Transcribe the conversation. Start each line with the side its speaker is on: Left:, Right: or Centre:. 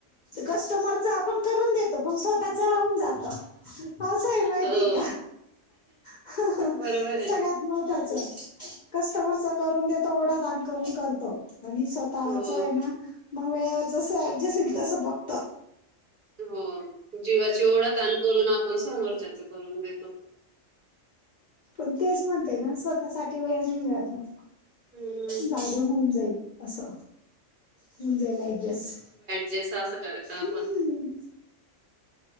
Left: कस्टमरच आपण करून देतो पण स्वतः राहून जात असंय माहिती
Right: हो
Left: का ह
Right: बरोबर
Left: सग्यात
Right: आहे ना
Left: महत्वाचं कस्टमरचा करून देतो ओढा ताण करून करतो आणि स्वतः तवाच
Right: हो
Left: आहे ना मग वेळेवर जस अऍडजस्ट होईल तस बघत
Right: हो जीवाची ओढ तण करून आपण समोरच्याच करून देतो
Left: पण तेच म्हणते ना स्वतःसाठी वेळ नाही मिळत मला
Right: हम्म.
Left: झाले होऊन जाईल असं होऊन जाईल ऍडजस्ट
Right: जेस असं करय आपण
Left: हम्म